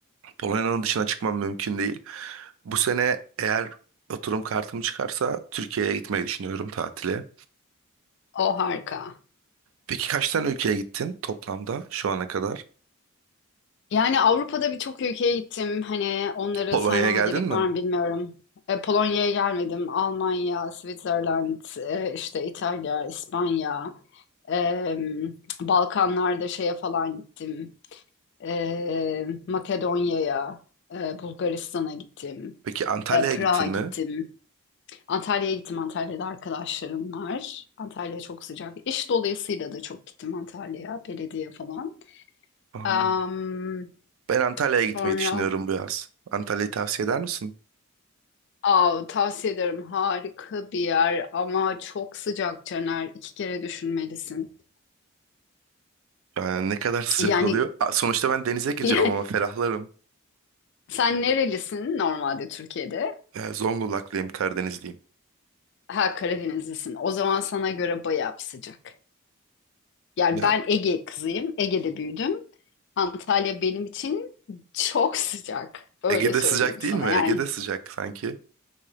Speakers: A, on the right; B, on the left.
A: Polonya'nın dışına çıkmam mümkün değil. Bu sene eğer oturum kartım çıkarsa Türkiye'ye gitmeyi düşünüyorum tatile.
B: O harika.
A: Peki kaç tane ülkeye gittin toplamda şu ana kadar?
B: Yani Avrupa'da birçok ülkeye gittim. Hani onları
A: Polonya'ya
B: saymama
A: geldin
B: gerek
A: mi?
B: var mı bilmiyorum. E, Polonya'ya gelmedim. Almanya, Switzerland, e, işte İtalya, İspanya, e, Balkanlarda şeye falan gittim. E, Makedonya'ya, e, Bulgaristan'a gittim.
A: Peki Antalya'ya
B: E, Prag'a
A: gittin mi?
B: gittim. Antalya'ya gittim. Antalya'da arkadaşlarım var. Antalya çok sıcak. İş dolayısıyla da çok gittim Antalya'ya, belediye falan.
A: Aha.
B: Am,
A: Ben Antalya'ya
B: Sonra
A: gitmeyi düşünüyorum bu yaz. Antalya'yı tavsiye eder misin?
B: Aa, tavsiye ederim. Harika bir yer ama çok sıcak Caner. İki kere düşünmelisin.
A: Yani ne kadar <laughs> sıcak
B: Yani
A: oluyor. Aa, Sonuçta ben denize gireceğim
B: <laughs>
A: ama ferahlarım.
B: sen nerelisin normalde Türkiye'de?
A: Yani Zonguldaklıyım, Karadenizliyim.
B: Ha Karadenizlisin. O zaman sana göre bayağı bir sıcak. Yani
A: Yani
B: ben Ege kızıyım. Ege'de büyüdüm. Antalya benim için çok sıcak. Öyle
A: Ege'de
B: söyleyeyim
A: sıcak
B: sana.
A: değil mi?
B: Yani
A: Ege'de sıcak sanki.